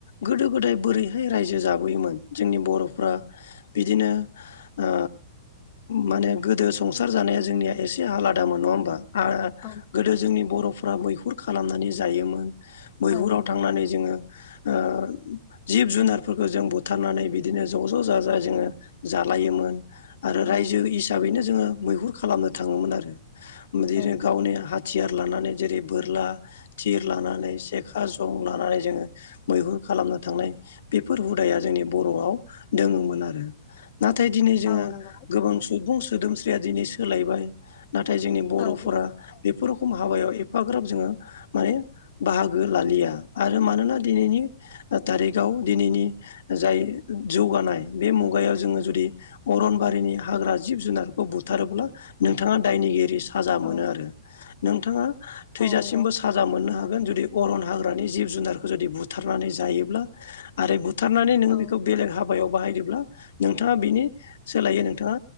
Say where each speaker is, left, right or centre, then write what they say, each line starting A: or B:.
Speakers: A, on the left; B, on the left.
A: गोदो गोदाय बोरैहाय रायजो जाबोयोमोन जोंनि बर'फ्रा बिदिनो ओ माने गोदो संसार जानाया जोंनिया एसे आलादामोन नङा होमबा आ
B: औ
A: गोदो जोंनि बर'फ्रा मैहुर खालामनानै जायोमोन। मैहुराव
B: औ नंगौ
A: थांनानै जोङो ओ जिब जुनारफोरखौ जों बुथारनानै बि बिदिनो ज' ज' जा जा
B: औ
A: जोङो जालायोमोन आरो रायजो
B: नंगौ
A: इस दा बैनो जोङो मैहुर खालामनो थाङोमोन आरो बिनो
B: औ नंगौ
A: गावनि हा थियार लानानै जेरै बोरला थिर लानानै से <unintelligible> खा जं लानानै जोङो मैहुर खालामनो थांनाय बेफोर हुदाया जोंनि <unintelligible> बर'आव दोङोमोन आरो नाथाय दिनै जोङो
B: औ नंगौ
A: गोबां सुबुं सोदोमस्रिया दिनै सोलायबाय। नाथाय जोंनि बर'फोरा
B: औ औ नंगौ
A: बेफोर रखम हाबायाव एफाग्राब जोङो माने बाहागो लालिया। आरो मानोना दिनैनि थारिखाव दिनैनि जाय जौगानाय बे मुगायाव जोङो जुदि अरनबारिनि हाग्रा जिब जुनाद खौ बुथारोब्ला नोंथाङा दायनिगिरि साजा
B: औ
A: मोनो आरो नोंथाङा थैजासिमबो
B: औ नंगौ
A: सा साजा मोननो हागोन जुदि अरन हाग्रानि जिब जुनारखौ जुदि बुथारनानै जायोब्ला। आरो बुथारनानै नोङो
B: औ
A: बेखौ बेलेग हाब बायाव बाहायदोंब्ला नोंथाङा बिनि सोलायै नोंथाङा